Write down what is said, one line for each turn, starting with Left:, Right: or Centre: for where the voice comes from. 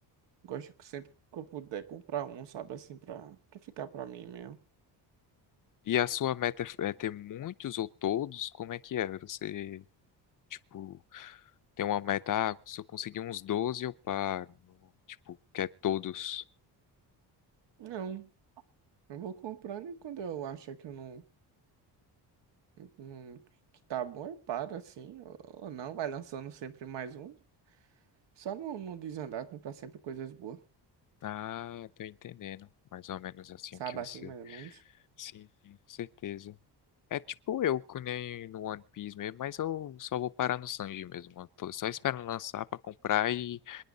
Right: gosto que sempre que eu puder comprar um, sabe? Assim, pra, pra ficar pra mim mesmo.
Left: E a sua meta é ter muitos ou todos? Como é que é? Você, tipo, tem uma meta, ah, se eu conseguir uns 12 eu paro. Ou, Tipo, quer todos?
Right: Não, eu vou comprando e quando eu achar que eu não, não- que tá bom, eu paro assim. Ou ou não, vai lançando sempre mais um. Só não, não desandar, comprar sempre coisas boas,
Left: Ah, tô entendendo. Mais ou menos assim
Right: sabe?
Left: o que você.
Right: Assim, mais ou menos.
Left: Sim, sim, com certeza. É tipo eu, que nem no One Piece mesmo, mas eu só vou parar no Sanji mesmo. Eu tô só esperando lançar pra comprar e,